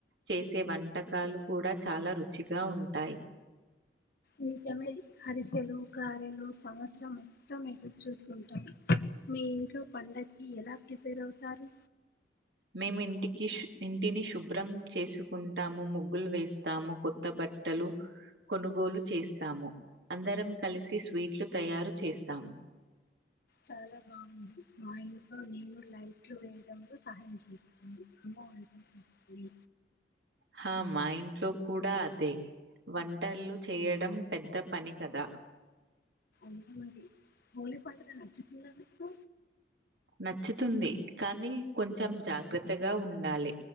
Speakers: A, on the right; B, on the left.
A: చేసే వంటకాలు కూడా చాలా రుచిగా ఉంటాయి
B: నిజమే ఆరిసెలు గారెలు సంవత్సరం మొత్తం ఎదురు చూస్తుంటాం మీ ఇంట్లో పండగకి ఎలా ప్రిపేర్ అవుతారు
A: మేము ఇంటికి ఇంటిని శుభ్రం చేసుకుంటాము ముగ్గులు వేస్తాము కొత్త బ ట్టలు కొనుగోలు చేస్తాము అందరం కలిసి స్వీట్లు తయారు చేస్తాము
B: చాలా బాగుంది మా ఇంట్లో నేను లైట్లు వేయడంలో సహాయం చేస్తాను వంట చేస్తుంది
A: హా మా ఇంట్లో కూడా అదే వంటలు చేయడం పెద్ద పని కదా
B: మా హోలీ పండుగ నచ్చుతుందా మీకు
A: నచ్చుతుంది కానీ కొంచెం జాగ్రత్తగా ఉండాలి